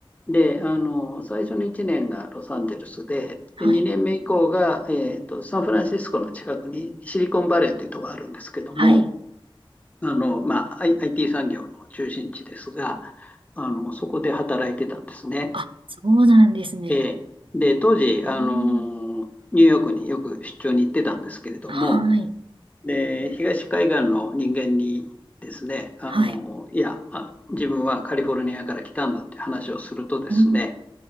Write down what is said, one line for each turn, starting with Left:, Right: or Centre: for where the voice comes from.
Left: で、あの、最初の1年がロサンゼルスで、
Right: はい。
Left: で、2年目以降が、えーと、サンフランシスコの近くにシリコンバレーというところがあるんですけども、
Right: はい。
Left: あの、まあ、I- IT 産業の中心地ですが、あの、そこで働いてたんですね。
Right: あ、そうなんですね。
Left: えーで、当時、
Right: えー、
Left: あの、ニューヨークによく出張に行ってたんですけれども、
Right: はい。
Left: で、東海岸の人間にですね、あの、
Right: はい。
Left: いや、あ自分はカリフォルニアから来たんだっていう話をするとですね、
Right: うん。